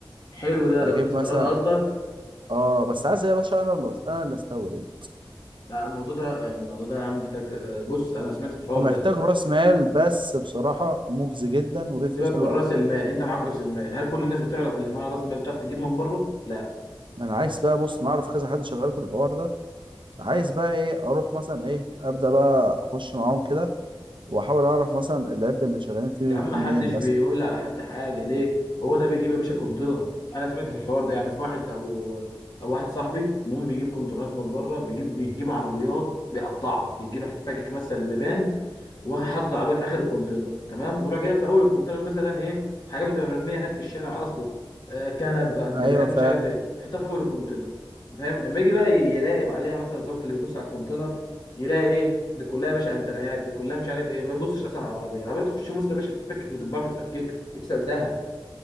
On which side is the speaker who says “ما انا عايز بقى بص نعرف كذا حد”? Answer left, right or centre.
Right